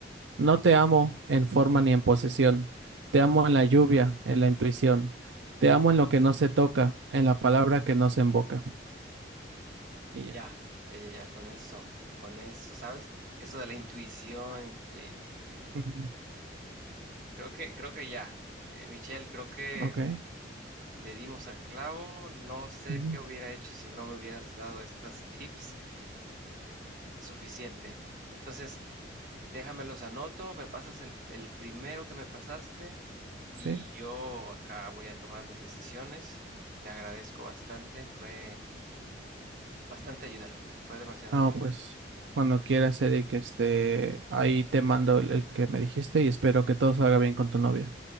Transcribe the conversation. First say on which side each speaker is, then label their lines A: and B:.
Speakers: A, on the right; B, on the right.
A: no te amo en forma ni en posesión, te amo en la lluvia, en la intuición, te amo en lo que no se toca, en la palabra que no se invoca. Y
B: ya,
A: ya.
B: ya, ya, ya, con eso, con eso, ¿sabes? Eso de la intuición, eh,
A: Ujú,
B: creo que, creo que ya, eh, Michelle, creo que...
A: Ok.
B: Le dimos al clavo, no sé
A: Ujú.
B: qué hubiera hecho si no me hubieras dado estas <laughs> tips eh, suficiente. Entonces, déjame los anoto, me pasas el, el primero que me pasaste y
A: Sí.
B: yo acá voy a tomar mis decisiones. Te agradezco bastante, fue bastante ayuda, fue demasiado
A: Ah,
B: tu ayuda.
A: pues cuando quieras, Eric, este, ahí te mando el, el que me dijiste y espero que todo salga bien con tu novia.